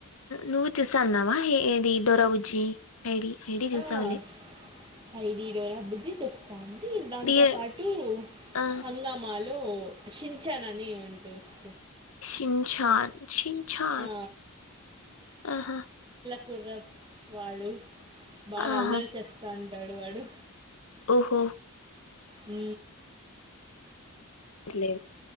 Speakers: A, on the left; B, on the right.
A: నువ్వు చూసా అన్నావా ఏ ఏది డోరావుజ్జి ఐడి ఐడి చూసావులే
B: ఆ, హైడీడోరా బుజ్జి చూస్ కానీ దాంతో
A: డియర్
B: పాటు
A: ఆ
B: హంగామాలో చిన్చాన్ అని ఉ టేస్
A: చిన్చాన్ చిన్ఛన్
B: ఆ,
A: ఆహా
B: కురాప్ వాళ్ళు బాగా
A: ఆహా
B: అల్లరి చేస్తా అం టాడు వాడు
A: ఓహో
B: ఉ
A: ఇట్లే